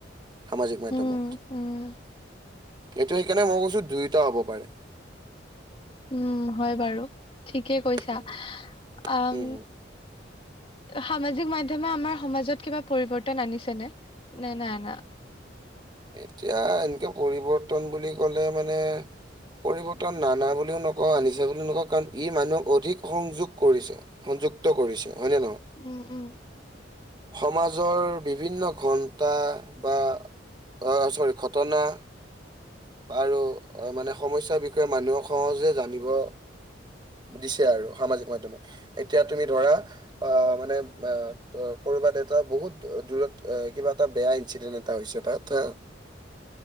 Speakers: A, on the right; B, on the left.
A: সামাজিক মাধ্যমত।
B: উম উম
A: এইটো সেইকাৰণে মই কৈছো দুয়োটা হ'ব পাৰে।
B: উম হয় বাৰু ঠিকেই কৈছা
A: উম
B: আম
A: হুম, হুম।
B: সামাজিক মাধ্যমে আমাৰ সমাজত কিবা পৰিৱৰ্তন আনিছেনে নে নাই অনা
A: এতিয়া এনেকে পৰিৱৰ্তন বুলি ক'লে মানে পৰিৱৰ্তন নানা বুলিও নকওঁ আনিছে বুলিও নকওঁ কাৰণ ই মানুহক অধিক সংযোগ কৰিছে। সংযুক্ত কৰিছে হয় নে নহয়।
B: উম উম।
A: সমাজৰ বিভিন্ন ঘণ্টা বা অ চৰি ঘটনা আৰু মানে সমস্যাৰ বিষয়ে মানুহক সহজে জানিব দিছে আৰু সামাজিক মাধ্যমে এতিয়া তুমি ধৰা অ মানে অ ত কৰবাত এটা বহুত দূৰত কিবা এটা বেয়া ইনচিডেন্ট তা হৈছে তাত হা